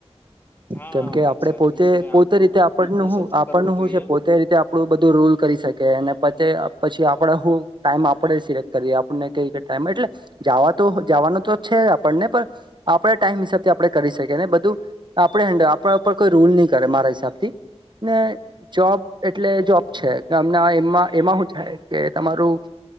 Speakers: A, on the left (about 20°); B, on the right (about 45°).
A: હા
B: કેમ કે
A: વાત
B: આપણે
A: સાચી
B: પોતે
A: છે, આમ
B: પોતે
A: તો
B: રીતે આપણનું
A: બિઝનેસ
B: હું
A: જ
B: આપણનું
A: કરવો જોઈએ.
B: હું છે પોતે રીતે આપણું બધું રૂલ કરી શકે અને પછી આપણેે હું ટાઈમ આપણેે સિલેક્ટ કરીએ આપને કઈ ટાઈમ એટલે જવા તોવા આપને આપણે ટાઈમ હિસાબથી આપણે કરી શકીએ બધું. આપડ હેડલ આપ કોઈ રૂલ ની કરે મારા હિસાબ થી જોબ એટલે જોબ છેમ એમાં એમાં શું છે કે તમારું